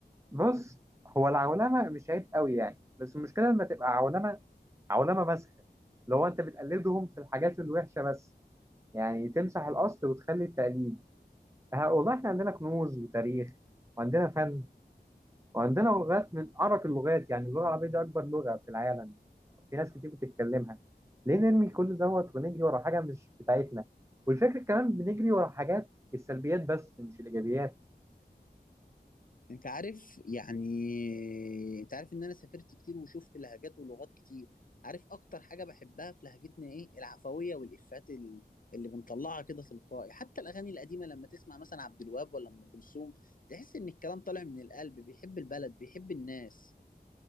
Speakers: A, on the right (about 15°); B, on the left (about 55°).
A: بص هو العولمه مش عيب قوي يعني بس المشكله لما تبقى عولمه عولمه مسخه اللي هو انت بتقلدهم في الحاجات الوحشه بس يعني تمسح الاصل وتخلي التقليد ها- والله احنا عندنا كنوز وتاريخ وعندنا فن وعندنا لغات من ارق اللغات يعني اللغه العربيه دي اكبر لغه في العالم في ناس كتير بتتكلمها ليه نرمي كل دوت ونجري ورا حاجه مش بتاعتنا والفكره كمان بنجري ورا حاجات السلبيات بس مش الايجابيات
B: انت عارف يعني انت عارف ان انا سافرت كتير وشفت لهجات ولغات كتير عارف اكتر حاجة بحبها في لهجتنا ايه العفوية والافات ال- اللي بنطلعها كده تلقائي حتى الاغاني القديمة لما تسمع مثلا عبد الوهاب ولا ام كلثوم تحس ان الكلام طالع من القلب بيحب البلد بيحب الناس